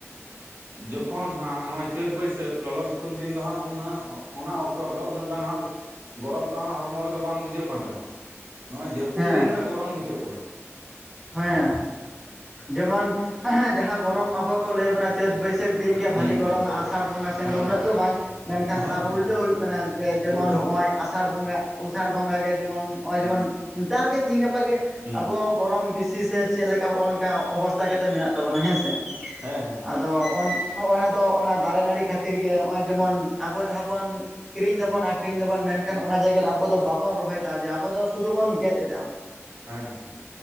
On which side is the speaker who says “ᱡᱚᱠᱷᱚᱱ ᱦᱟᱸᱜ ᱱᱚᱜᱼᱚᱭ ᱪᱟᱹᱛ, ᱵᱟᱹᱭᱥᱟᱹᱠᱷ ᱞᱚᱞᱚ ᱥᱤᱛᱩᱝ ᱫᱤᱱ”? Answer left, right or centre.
Right